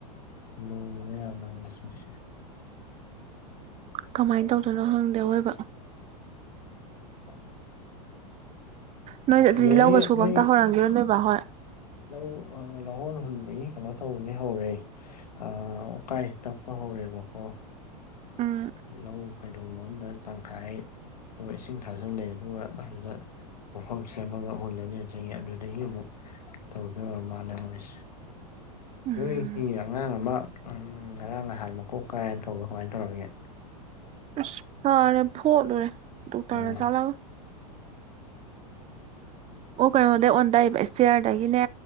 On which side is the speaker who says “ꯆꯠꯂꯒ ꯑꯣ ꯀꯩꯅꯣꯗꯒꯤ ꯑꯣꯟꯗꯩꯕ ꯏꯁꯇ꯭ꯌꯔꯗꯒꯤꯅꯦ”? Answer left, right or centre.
Right